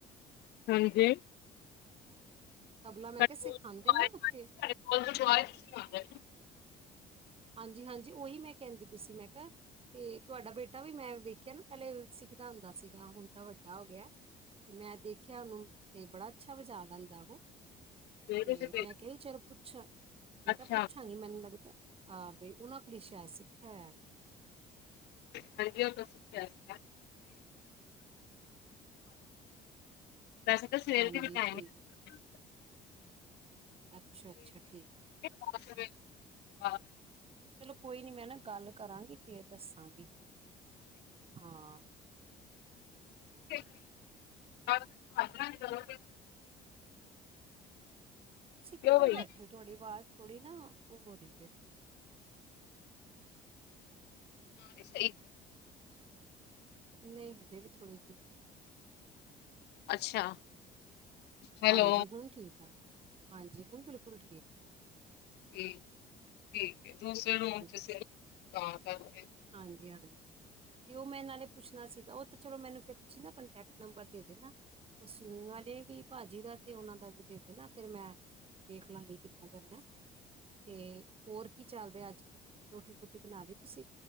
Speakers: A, on the left; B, on the right.
A: ਹਾਂਜੀ
B: ਤਬਲਾ ਮੈਂ
A: ਸਾਡੇ
B: ਕਿਹਾ
A: ਕੋਲ
B: ਸਿਖਾਉਦੇ
A: ਗੁਰਦੁਆਰੇ
B: ਨਾ ਉੱਥੇ
A: ਹਾਂਜੀ ਸਾਡੇ ਕੋਲ ਗੁਰਦੁਆਰੇ ਚ ਸਿਖਾਉਂਦੇ ਨੇ
B: ਹਾਂਜੀ ਹਾਂਜੀ ਉਹੀ ਮੈਂ ਕਹਿੰਦੀ ਪਈ ਸੀ ਮੈਂ ਕਿਹਾ ਤੇ ਤੁਹਾਡਾ ਬੇਟਾ ਵੀ ਮੈਂ ਵੇਖਿਆ ਨਾ ਪਹਿਲੇ ਸਿੱਖਦਾ ਹੁੰਦਾ ਸੀਗਾ ਹੁਣ ਤਾਂ ਵੱਡਾ ਹੋ ਗਿਆ ਤੇ ਮੈਂ ਦੇਖਿਆ ਉਹਨੂੰ ਤੇ ਬੜਾ ਅੱਛਾ ਵਜਾ ਲੈਂਦਾ ਉਹ
A: ਫੇਰ
B: ਤੇ
A: ਤੁਸੀਂ ਭੇਜ
B: ਮੈਂ ਕਹੀ ਚਲ ਪੁੱਛ ਮੈਂ
A: ਅੱਛਾ
B: ਕਿਹਾ ਪੁੱਛਾਂਗੀ ਮੈਨੂੰ ਲੱਗਦਾ ਆਹ ਬਈ ਉਹਨਾਂ ਕੋਲ ਸਾਇਦ ਸਿੱਖਿਆ ਹੋਵੇ
A: ਹਾਂਜੀ ਉਹ ਤੋਂ ਸਿੱਖਿਆ ਸੀਗਾ ਵੈਸੇ ਤਾਂ ਸਵੇਰ
B: ਹਾਂਜੀ
A: ਦੀ ਵੀ ਟਾਈਮਿੰਗ
B: ਠੀਕ ਅੱਛਾ ਅੱਛਾ ਠੀਕ
A: <unintelligible>
B: ਚਲੋ ਕੋਈ ਨੀ ਮੈਂ ਨਾ ਗੱਲ ਕਰਾਂਗੀ ਫਿਰ ਦੱਸਾਂਗੀ ਹਾਂ
A: <unintelligible>
B: ਤੁਸੀਂ ਕਿੱਧਰ
A: ਕਿਉਂ ਬਈ
B: ਬੈਠੇ ਹੋ ਤੁਹਾਡ ਬਾਅਦ ਥੋੜੀ ਨਾ ਉਹ ਹੋ ਰਹੀ ਹੈ
A: ਹ ਸਹੀ
B: ਨਹੀਂ ਹਜੇ ਵੀ ਥੋੜ੍ਹੀ ਜਿਹੀ
A: ਅੱਛਾ ਹੈਲੋ
B: ਹਾਂਜੀ ਹੁਣ ਠੀਕ ਆ ਹਾਂਜੀ ਹੁਣ ਬਿਲਕੁਲ ਠੀਕ ਏਖ
A: ਠੀਕ ਠੀਕ ਦੂਸਰੇ ਰੂਮ
B: ਹਾਂਜੀ
A: ਚ ਸੀ ਤਾਂ ਕਰਕੇ
B: ਹਾਂਜੀ ਹਾਂਜੀ ਤੇ ਉਹ ਮੈਂ ਨਾਲੇ ਪੁੱਛਣਾ ਸੀਗਾ ਉਹ ਤਾਂ ਚਲੋ ਮੈਨੂੰ ਫਿਰ ਤੁਸੀਂ ਨਾ ਕੰਟੈਕਟ ਨੰਬਰ ਦੇ ਦੇਣਾ ਉਹ ਸਵੀਮਿੰਗ ਵਾਲੇ ਵੀ ਭਾਜੀ ਦਾ ਅਤੇ ਉਹਨਾਂ ਦਾ ਵੀ ਦੇ ਦੇਣਾ ਫਿਰ ਮੈਂ ਦੇਖ ਲਾਂਗੀ ਕਿੱਦਾਂ ਕਰਨਾ ਅਤੇ ਹੋਰ ਕੀ ਚੱਲ ਰਿਹਾ ਅੱਜ ਕੱਲ੍ਹ ਰੋਟੀ ਰੂਟੀ ਬਣਾ ਲਈ ਤੁਸੀਂ